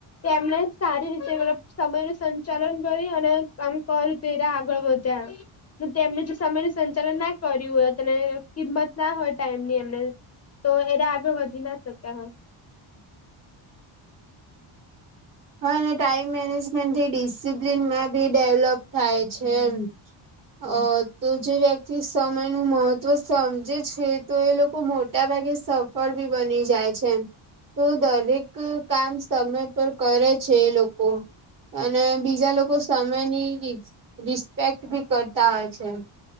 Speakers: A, on the left; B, on the right.
A: તેમણે સારી રીતે મતલબ સમય નું સંચાલન કરી અને કામ કરી તેરા આગળ વધ્યા અને તેમને જે જો સમય નું સંચાલન સંચાલન ના કર્યું હોય ત કિંમત ના હોય ટાઈમ ની એમને તો એને આગળ વધી ના શક્યા હોય
B: હા અને ટાઈમ મેનેજમેન્ટ થી ડિસિપ્લિનમાં બી ડેવલોપ થાય છે એમ અ તો જે વ્યક્તિ સમય નું મહત્વ સમજે છે. તો એ લોકો મોટા ભાગે સફળ ભી બની જાય છે એમ તો દરેક કામ સમય પર કરે છે એ લોકો અને બીજા લોકો સમયની રિસ રિસ્પેક્ટ ભી કરતા હોય છે.